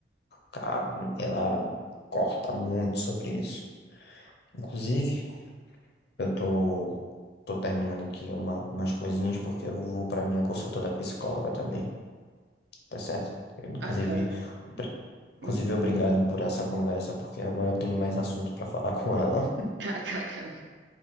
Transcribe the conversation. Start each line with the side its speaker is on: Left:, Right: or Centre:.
Left: ca- ela corta muito sobre isso. Inclusive, eu tô, tô terminando aqui uma, umas coisinhas porque eu vou para minha consulta da psicóloga também, tá certo? Inclusive,
Right: Ai, cara.
Left: obri- inclusive
Right: Hum?
Left: obrigado por essa conversa, porque agora eu tenho mais assunto para falar com ela.
Right: <laughs> Kkk.